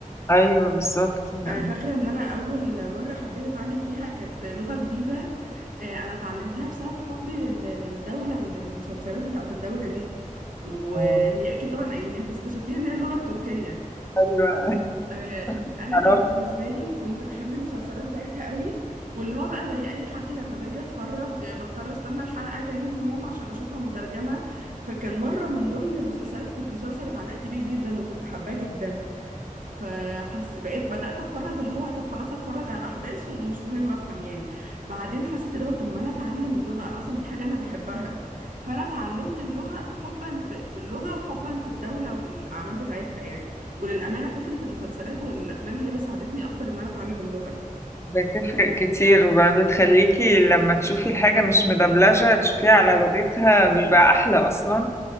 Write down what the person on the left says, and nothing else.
أيوه بالظبط يعني
اه
أيوه
<laughs>
عرفت
بتفرق كتير وبتخليكي لما تشوفي الحاجة مش مدبلجة تشوفيها على لغتها بيبقى أحلى أصلا